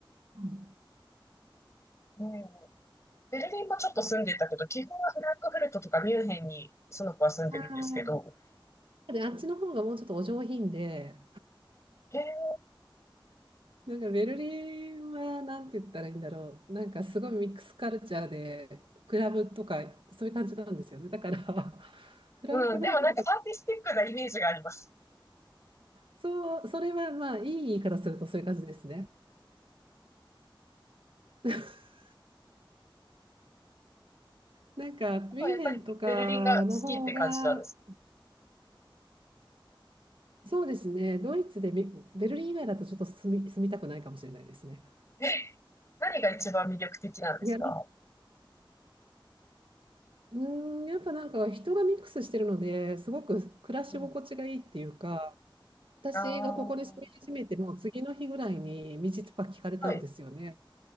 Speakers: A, on the right; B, on the left.
A: うん
B: うん、ベルリンもちょっと住んでたけど、基本はフランクフルトとかミュンヘンにその子は住んでるんですけど、
A: ああ。で、あっちの方がもうちょっとお上品で、
B: へえ、
A: なんかベルリンはなんて言ったらいいんだろう。なんかすごいミックスカルチャーで、クラブとかそういう感じなんですよね。だから、<laughs> フランクフルトとか、
B: うん、でもなんかアーティスティックなイメージがあります。
A: そう、それはまあいい言い方するとそういう感じですね。<laughs> なんかミュンヘンとかの方が、
B: でもやっぱりベルリンが好きって感じなんです。
A: そうですね、ドイツでミベルリン以外だとちょっと住み、住みたくないかもしれないですね。
B: <laughs> え、何が一番魅力的なんですか
A: いや、うーん、やっぱなんか人がミックスしてるので、すごく暮らし心地がいいっていうか、
B: うん。
A: 私がここに住み始めてもう次の日ぐらいに道とか聞かれたんですよね。
B: ああ、はい。